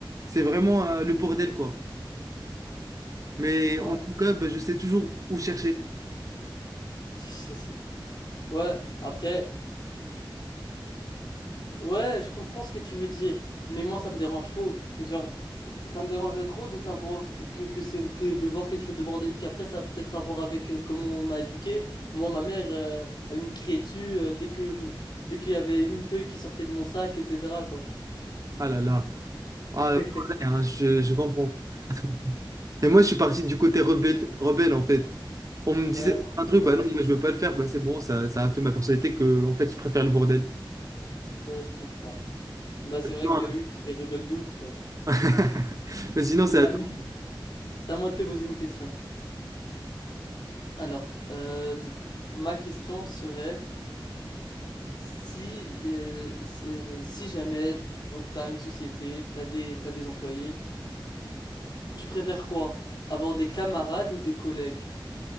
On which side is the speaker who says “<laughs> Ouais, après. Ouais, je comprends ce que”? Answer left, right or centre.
Left